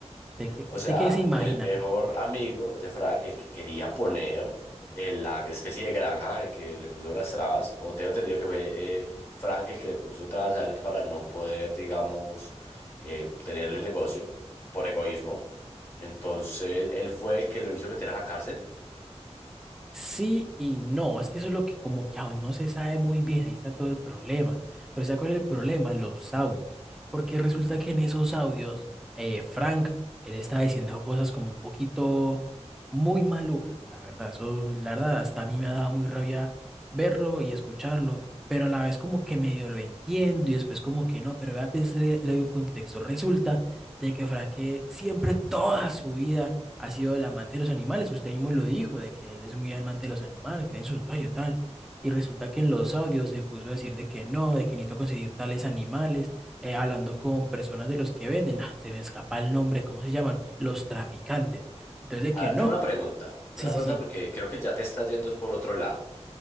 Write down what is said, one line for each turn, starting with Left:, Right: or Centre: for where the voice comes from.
Centre: ¿Usted qué,
Left: O
Centre: usted
Left: sea,
Centre: qué se imagina?
Left: el mejor amigo de Frank, el que quería poner eh, la especie de granja, el que le puso las trabas, o tengo entendido que fue eh, Frank el que le puso trabas a él para no poder, digamos, eh, tenerle el negocio por egoísmo. Entonces, él fue el que lo hizo meter a la cárcel.
Centre: Sí y no, es que eso es lo que como que aún no se sabe muy bien, ahí está todo el problema. Pero ¿se acuerda el problema? Los audios. Porque resulta que en esos audios, eh, Frank, él estaba diciendo cosas como un poquito muy malucas, la verdad. Eso, la verdad, hasta a mí me ha dado muy rabia verlo y escucharlo, pero a la vez como que medio lo entiendo y después como que no, pero vea, pues le, le doy un contexto. Resulta de que Frank eh, siempre toda su vida ha sido el amante de los animales. Usted mismo lo dijo, de que él es muy amante de los animales, que tiene su santuario tal. Y resulta que en los audios se puso a decir de que no, de que necesito conseguir tales animales, eh, hablando con personas de los que venden. Ah, se me escapa el nombre, ¿cómo se llaman? Los traficantes. Entonces de que
Left: A ver,
Centre: no.
Left: tengo una pregunta. Tengo
Centre: Sí,
Left: una
Centre: sí,
Left: pregunta
Centre: sí.
Left: porque creo que ya te estás yendo por otro lado.